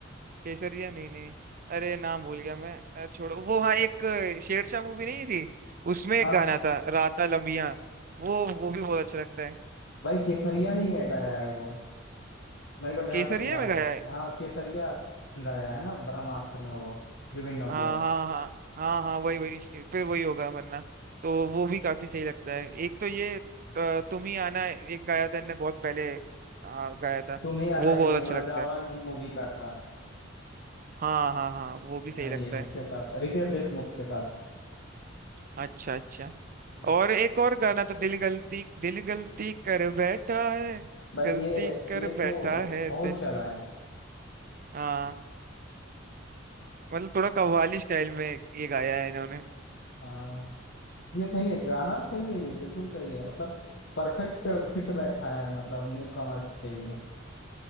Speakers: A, on the right; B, on the left.
A: केसरिया नहीं नहीं अरे नाम भूल गया मैं अ, छोड़ो वो हाँ एक अ, शेरशाह मूवी नहीं थी उसमें एक
B: हाँ
A: गाना
B: हाँ
A: था राता लंबिया वो वो भी बहुत अच्छा लगता है
B: भाई केसरिया ही है गाया है वो मेरे को जहां
A: केसरिया
B: तक याद
A: में गाया
B: है
A: है
B: हाँ केसरिया गया है ना ब्रह्मास्त्र में वो जुबिन नौटियाल
A: हाँ हाँ हाँ हाँ हाँ वही वही फिर वही होगा वरना तो वो भी काफी सही लगता है एक तो ये अ, तुम ही आना एक गाया था इनने बहुत पहले आ, गाया था
B: तुम ही आना
A: वो
B: ये
A: बहुत अच्छा
B: मरजावन
A: लगता है
B: मूवी का था
A: हाँ हाँ हाँ वो भी
B: हाँ
A: सही लगता
B: ये
A: है
B: इसके साथ रितेश देशमुख के साथ
A: अच्छा अच्छा
B: हाँ
A: और एक और गाना था दिल गलती दिल गलती कर बैठा है
B: भाई
A: गलती
B: ये
A: कर
B: ये तो
A: बैठा है
B: बहुत
A: दिल
B: चला है
A: हाँ मतलब थोड़ा कव्वाली स्टाइल में ये गाया है इन्होंने
B: हाँ ये सही है गाना सही है ये बिल्कुल सही है मतलब परफेक्ट फिट बैठा है मतलब न्यू कमर्स के लिए